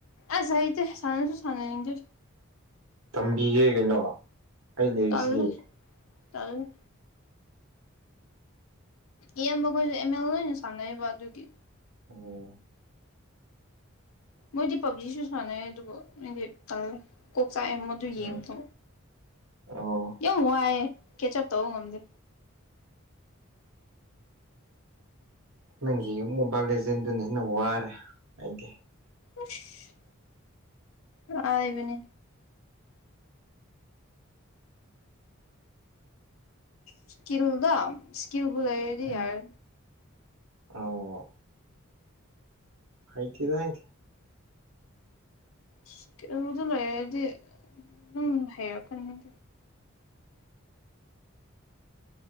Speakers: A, on the left; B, on the right.
A: ꯑꯁ ꯍꯩꯇꯦ ꯁꯥꯟꯅꯁꯨ ꯁꯥꯟꯅꯅꯤꯡꯗꯦ꯫
B: ꯇꯝꯕꯤꯒꯦ ꯀꯩꯅꯣ꯫ ꯑꯩ ꯂꯩꯔꯤꯁꯤꯗꯤ
A: ꯇꯜꯂꯦ ꯇꯜꯂꯦ꯫ ꯏꯌꯥꯝꯕꯈꯣꯏꯁꯨ ꯑꯦꯝ ꯑꯦꯜ ꯂꯣꯏꯅ ꯁꯥꯟꯅꯩꯌꯦꯕ ꯑꯗꯨꯒꯤ꯫
B: ꯑꯣꯝ꯫
A: ꯃꯣꯏꯗꯤ ꯄꯕꯖꯤꯁꯨ ꯁꯥꯟꯅꯩ ꯑꯗꯨꯕꯨ ꯑꯩꯗꯤ ꯇꯜꯂꯦ ꯀꯣꯛ ꯆꯥꯛꯑꯦ ꯃꯗꯨ ꯌꯦꯡꯕ
B: ꯎꯝ ꯑꯣ꯫
A: ꯌꯥꯝ ꯋꯥꯏꯌꯦ ꯀꯦꯆꯞ ꯇꯧꯕ ꯉꯝꯗꯦ꯫
B: ꯅꯪꯒꯤ ꯃꯣꯕꯥꯏꯜ ꯂꯦꯖꯦꯟꯗꯨꯅ ꯍꯦꯟꯅ ꯋꯥꯔꯦ ꯑꯩꯗꯤ꯫
A: ꯑꯁ ꯂꯥꯢꯕꯅꯦ꯫ ꯏꯁꯀꯤꯜꯗ ꯁꯀꯤꯜꯕꯨ ꯂꯩꯔꯗꯤ
B: ꯎꯝ
A: ꯌꯥꯔꯦ꯫
B: ꯑꯣ ꯍꯩꯇꯦꯗ ꯍꯥꯢꯗꯦ꯫
A: ꯏꯁ꯭ꯀꯤꯜ ꯗꯨ ꯂꯩꯔꯗꯤ ꯗꯨꯝ ꯍꯩꯔꯛꯀꯅꯤ꯫